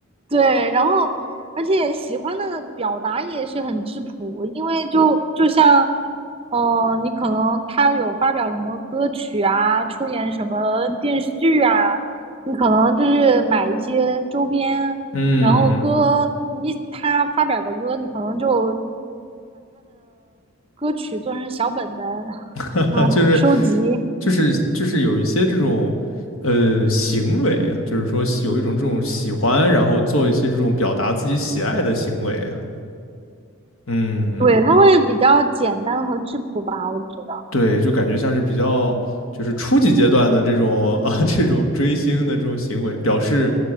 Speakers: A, on the right; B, on the left.
A: 对，然后而且喜欢的表达也是很质朴，因为就就像，嗯、呃你可能他有发表什么歌曲啊，出演什么电视剧啊，你可能就是买一些周边，
B: 嗯，
A: 然后歌，你他发表的歌，你可能就歌曲做成小本本
B: <laughs>
A: 那种收集。
B: 就是就是就是有一些这种呃行为啊，就是说喜有一种这种喜欢，然后做一些这种表达自己喜爱的行为啊。嗯
A: 对，它会比较简单和质朴吧，我觉得。
B: 对，就感觉像是比较就是初级阶段的这种啊 <laughs> 这种追星的这种行为，表示